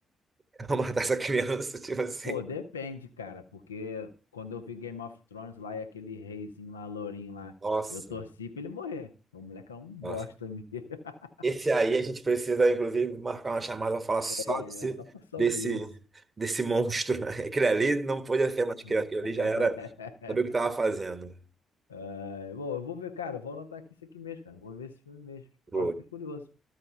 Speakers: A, on the right; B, on the left.
A: <laughs> eu vou matar essa criança, <laughs> tipo assim.
B: Pô, depende, cara, porque quando eu vi Game of Thrones lá e aquele reizinho lá, lourinho lá,
A: Nossa.
B: eu torci pra ele morrer. O moleque é um bosta
A: Nossa.
B: mesmo. <laughs>
A: Esse aí a gente precisa, inclusive, marcar uma chamada para falar só
B: É
A: desse,
B: só pra saber
A: desse,
B: isso.
A: desse monstro. né? Aquele ali não podia ser mais aquele, aquele
B: <laughs>
A: ali já era, sabia o que estava fazendo.
B: É, bom, eu vou ver, cara, eu vou anotar aqui isso aqui mesmo, cara. eu Vou ver esse filme mesmo. Agora
A: Boa,
B: eu fiquei curioso.